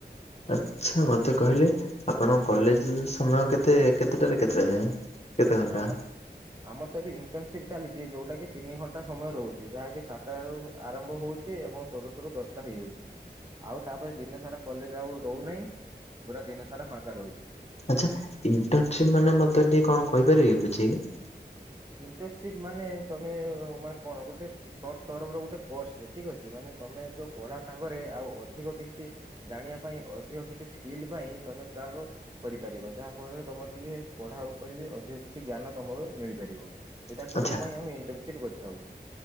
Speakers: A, on the left; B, on the right.
A: ଆଚ୍ଛା ମତେ କହିଲେ। ଆପଣଙ୍କ କଲେଜ ସମୟ କେତେ କେତେଟାରେ କେତେଟା ଯାଏଁ? କେତେ ଘଣ୍ଟା
B: ଆମ ଆମର ତ ଏବେ ଇଣ୍ଟର୍ନସିପ ଚାଲିଚି ଯୋଉଟା କି ତିନି ଘଣ୍ଟା ସମୟ ରହୁଚି ଯାହାକି ସାତଟାରୁ। ଆରମ୍ଭ ହଉଛି ଏବଂ ସରୁ ସରୁ ଦଶଟା ହେଇଯାଉଛି। ଆଉ ତାପରେ ଦିନ ସାରା କଲେଜ ଆଉ ରହୁନାହିଁ, ପୁରା ଦିନ ସାରା ଫାଙ୍କା ରହୁଛି।
A: ଆଛା, ଇଣ୍ଟନସିପ ମାନେ ମତେ ଟିକେ କଣ କହିପାରିବେ ବୁଝେଇକି?
B: ଇଣ୍ଟନସିପ ମାନେ ତମେ ମାନେ କଣ ଗୋଟେ ସଟ ଟର୍ମ ର ଗୋଟେ କୋର୍ସ ଟେ ଠିକ୍ ଅଛି, ମାନେ ତମେ ଯୋଉ ପଢା ସାଙ୍ଗରେ ଆଉ ଅଧିକ କିଛି ଜାଣିବା ପାଇଁ ଅଧିକ କିଛି ସ୍କିଲ୍ ପାଇଁ ତମେ ତାଙ୍କ କରିପାରିବ ଯାହା ଫଳରେ ତମର ଟିକେ ପଢା ଉପରେ ବି ଅଧିକ କିଛି ଜ୍ଞାନ ତମକୁ ମିଳିପାରିବ। ସେଇଟା
A: ଆଚ୍ଛା
B: କରିବା ପାଇଁ ଆମେ ଇଣ୍ଟରନସିପ କରିଥାଉ।